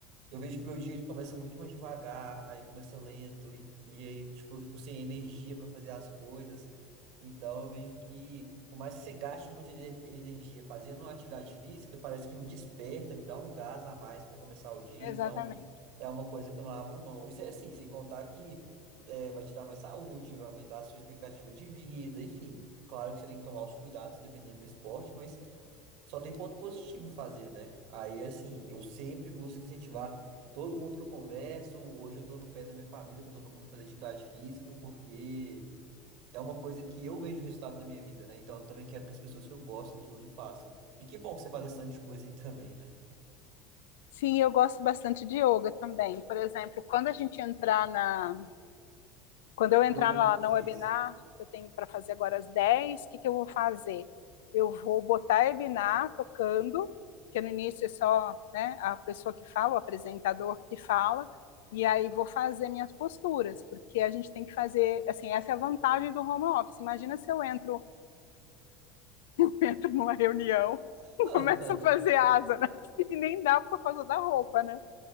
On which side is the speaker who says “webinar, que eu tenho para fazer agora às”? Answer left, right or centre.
Left